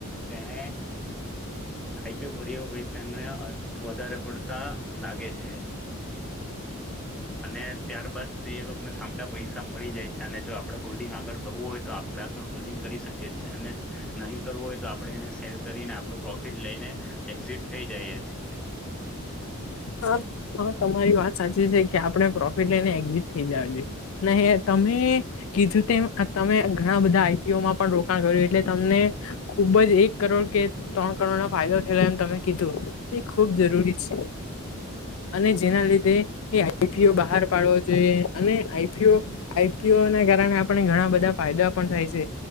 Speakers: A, in the centre; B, on the left.
A: તેને આઈ. પી. ઓ. ભર્યો હોય તેમને વધારે પડતા લાગે છે. અને ત્યારબાદ એ લોકોને સામટા પૈસા મળી જાય છે અને જો આપડે હોલ્ડિંગ આગળ કરવું હોય તો આપણે આગળ હોલ્ડિંગ કરી શકીએ છે અને નહીં કરવું હોય તો આપણે એને સેલ કરીને આપણું પ્રોફિટ લઈને એક્ઝિટ થઈ જાય છે.
B: હા હા તમારી વાત સાચી છે કે આપણે પ્રોફિટ લઈને એક્ઝિટ થઈ જવા જોઈએ <unintelligible> અમે કીધું તેમ તમે ઘણા બધા આઈ. પી. ઓ. માં પણ રોકાણ કર્યું એટલે તમને ખૂબ જ એક કરોડ કે ત્રણ કરોડ ના ફાયદો થયો એમ તમે કીધું એ ખુબ જરૂરી છે. અને
A: હા
B: જેના લીધે આઈ. પી. પી. ઓ. બહાર પાડવો જોઈએ અને આઈ. પી. ઓ. ના કારણે આપણે ઘણા બધા ફાયદા પણ થાય છે